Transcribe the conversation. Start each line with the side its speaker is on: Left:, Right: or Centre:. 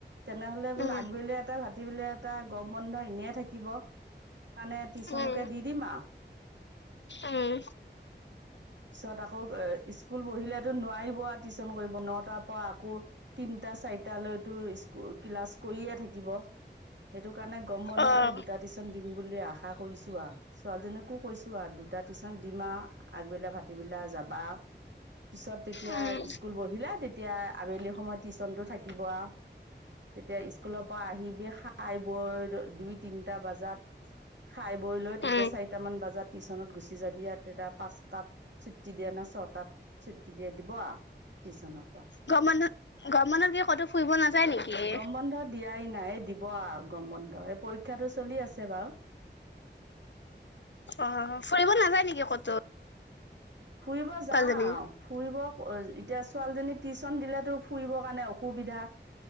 Right: তেনেহলে বোলো
Left: উম,
Right: আগবেলিয়া এটা ভাতিবেলিয়া এটা গম বন্ধ এনে থাকিব মানে টিউচনকে
Left: উম,
Right: দি দিম আও
Left: উম,
Right: পিছত আকৌ এ স্কুল বহিলেতো নোৱাৰিব আও টিউচন কৰিব নটাৰ পৰা আকৌ তিনটা চাৰিটা লৈকেটো স্কু ক্লাছ কৰিয়ে থাকিব সেইটো কাৰণে গম বন্ধতে
Left: অ',
Right: দুটা দিছ টিউচন দিম বুলি আশা কৰিছোঁ আও ছোৱালীজনীকো কৈছোঁ আও দুটা টিউচন দিম আও আগৱেলা ভাতিবেলা যাবা পিছত তেতিয়া
Left: উম,
Right: স্কুল বহিলে তেত তেতিয়া আবেলি সময়ত চিউচনটো থাকিব আও তেতিয়া স্কুলৰ পৰা আহিবি খাই বৈ দুই তিনিটা বজাত খাই বৈ লৈ তেতিয়া
Left: উম।
Right: চাৰিটা মান বজাত টিউচনত গুচি যাবি আৰু তেতিয়া পাঁচটাত ছুটি দিয়া না ছটাত ছুটি দিয়ে দিব আও টিউচনত
Left: গৰমবন্ধত, গৰমবন্ধত কি ক'তো ফুৰিব নাযায় নিকি?
Right: গম বন্ধ দিয়াই নাই দিব আৰু গৰম বন্ধ, এই পৰীক্ষাটো চলি আছে বাৰু।
Left: অ', ফুৰিব নাযায় নেকি ক'তো?
Right: ফুৰিব যাওঁ।
Left: ছোৱালীজনী।
Right: ফুৰিব অ', এতিয়া ছোৱালীজনীক টিউচন দিলেতো ফুৰিবৰ কাৰণে অসুবিধা।